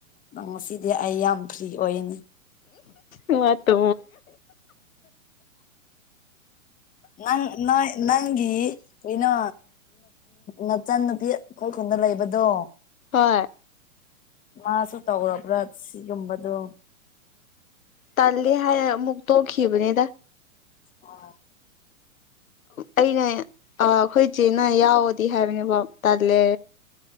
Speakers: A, on the left; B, on the left.
A: ꯉ ꯁꯤꯗꯤ ꯑꯩ ꯌꯥꯝ ꯐ꯭ꯔꯤ ꯑꯣꯏꯅꯤ
B: ꯎ ꯃꯒ
A: ꯅꯪ ꯅ ꯅꯪꯒꯤ ꯀꯩꯅꯣ ꯅꯆꯟ ꯅꯨꯄꯤ ꯑꯩꯈꯣꯏꯈꯟꯗ ꯂꯩꯕꯗꯣ
B: ꯍꯣꯏ
A: ꯃꯥꯁꯨ ꯇꯧꯔꯕ꯭ꯔꯥ ꯁꯤꯒꯨꯝꯕꯗꯣ
B: ꯇꯜꯂꯦ ꯍꯥꯏ ꯑꯃꯨꯛ ꯇꯣꯛꯈꯤꯕꯅꯦꯗ
A: ꯑ
B: ꯑꯩꯅ ꯑꯩꯈꯣꯏꯁꯦꯅ ꯌꯥꯎꯋꯗꯤ ꯍꯥꯏꯕꯅꯦꯕꯣ ꯇꯜꯂꯦ